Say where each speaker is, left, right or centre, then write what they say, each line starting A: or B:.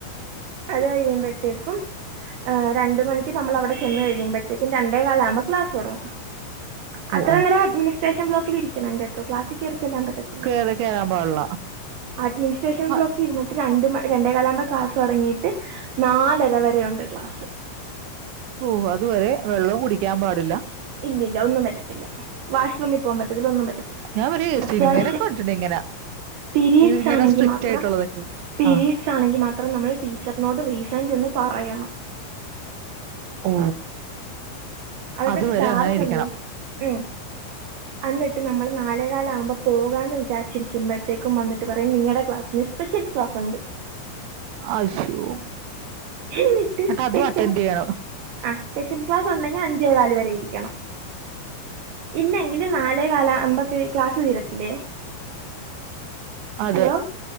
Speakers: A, on the right (about 70°); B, on the right (about 85°).
A: അത് കഴിഞ്ഞ് എന്താ <unintelligible> ത്തേക്കും ആഹ് രണ്ട് മണിക്ക് നമ്മൾ അവിടെ ചെന്നു കഴിയുമ്പഴത്തേക്ക് രണ്ടേ കാലാകുമ്പം ക്ലാസ്സ് തൊടങ്ങും
B: ഓ
A: അത്ര
B: ഓ
A: നേരം അഡ്മിനിസ് സ്റ്റേഷൻ ബ്ലോക്കിലിരിക്കണം കേട്ടോ ക്ലാസി ചെല്ലാൻ പറ്റത്തില്ല
B: കേറി കേറാൻ പാടില്ല
A: അഡ്മിനിസ്ട്രേഷൻ
B: ആ,
A: ബ്ലോക്ക് രണ്ട മണി രണ്ടേ കാലം ആകുമ്പോ ക്ലാസ്സ് തുടങ്ങിയിട്ട് നാലര വരെണ്ട് ക്ലാസ്
B: ഓ അതുവരെ വെള്ളം കുടിക്കാൻ പാട ത്തില്ല
A: ഇല്ലല്ല ഒന്നും പറ്റത്തില്ല വാഷ്റൂമിൽ പോകാൻ പറ്റില്ല ഇതിലൊന്നും പറ്റത്തില്ല
B: ഞാൻ വരെ
A: അത്യാവശ്യം
B: സിനിമയിലൊക്കെ കണ്ടിട്ടുണ്ട് ഇങ്ങനെ
A: പിരീഡ്സ്
B: ഇങ്ങനെ
A: ആണെങ്കിൽ
B: സ്ട്രിക്റ്റ്
A: മാത്ര
B: ആയിട്ടുള്ളതൊക്കെ
A: പരീഡ്സ്
B: ആ
A: ആണെങ്കിൽ മാത്രം നമ്മൾ ടീച്ചറിനോട് റീസൺ ചെന്ന് പറയണം
B: ഓ
A: അതൊക്കെ
B: അതുവരെ
A: ഡാർക്ക്ല്ലേ
B: അങ്ങനെ ഇരിക്കണം
A: ഉ അന്നിട്ട് നമ്മള് നാലേ കാല ആകുമ്പോ പോകാ എന്ന് വിചാരിച്ചിരിക്കുമ്പോഴത്തേക്കും വന്നിട്ട് പറയും നിങ്ങളുടെ ക്ലാസ്സിന് സ്പെഷ്യൽ ക്ലാസ് ഉണ്ട്
B: അശോ
A: എന്നിട്ട്
B: എന്നട്ട്
A: സ്പെഷ്യൽ
B: അതും അറ്റൻഡ് ചെയ്യണം
A: ആ സ്പെഷ്യൽ ക്ലാസ് ഉണ്ടെങ്കിൽ അഞ്ചേകാൽ ഇരിക്കണം ഇല്ലെങ്കിൽ നാലേ കാല അമ്പക്ക ക്ലാസ് തീരത്തിലേ
B: അതെ.
A: ഹലോ